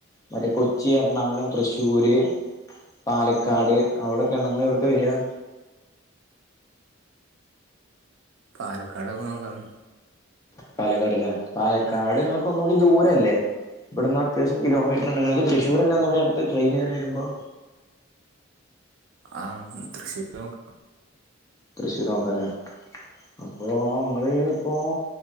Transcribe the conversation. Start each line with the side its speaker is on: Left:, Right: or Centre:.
Left: മറ്റേ കൊച്ചി എറണാകുളം തൃശ്ശൂര് പാലക്കാട് അവിടൊക്കെണ്ട് ഇങ്ങൾ എവിട്ക്കാ വരാ
Right: പാലക്കാടൊക്കെ നോക്കാന്ന്
Left: പാലക്കാട്ല്ലേ പാലക്കാട് ഇങ്ങൾക്ക് ഒന്നുകൂടി ദൂരല്ലേ ഇവിടുന്ന് അത്യാവശ്യം കിലോമീറ്റർ ഇണ്ട് ഇങ്ങൾക്ക്‌ തൃശൂരല്ലേ ഒന്നൂടി അടുത്ത് ട്രെയിൻ കേറി വരുമ്പോ
Right: ആഹ് തൃശൂര് നോക്കാ
Left: തൃശ്ശൂര് നോക്കാല്ലേ അപ്പൊ ങ്ങള് ഇപ്പോ